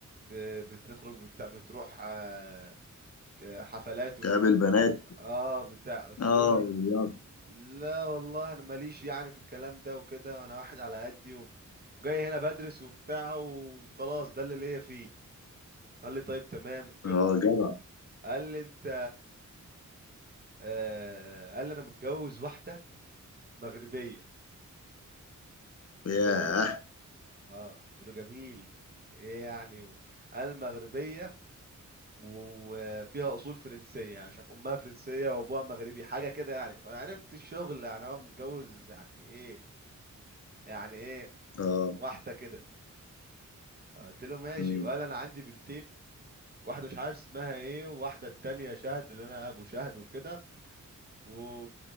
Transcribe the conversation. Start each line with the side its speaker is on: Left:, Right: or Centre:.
Right: آه، بتخرج بت- بتروح آه، آه، حفلات
Left: تقابل بنات
Right: اه بتاع قلت
Left: اه
Right: له ال-
Left: يلا
Right: لا والله انا ماليش يعني في الكلام ده وكده انا واحد على قدي و... وجاي هنا بدرس وبتاع وخلاص ده اللي ليا فيه قال لي طيب تمام كده
Left: اه جدع
Right: قال لي انت آه قال لي انا متجوز واحده مغربيه
Left: ياه
Right: قلت له اه قلت له جميل ايه يعني و... قال مغربيه وفيها اصول فرنسيه يعني مش عارف امها فرنسيه وابوها مغربي حاجه كده يعني فانا عرفت الشغل يعني هو متجوز يعني ايه يعني ايه
Left: اه
Right: واحده كده قلت له ماشي
Left: مم.
Right: وقال انا عندي بنتين واحده مش عارف اسمها ايه وواحده التانية شهد اللي انا ابو شهد وكده و...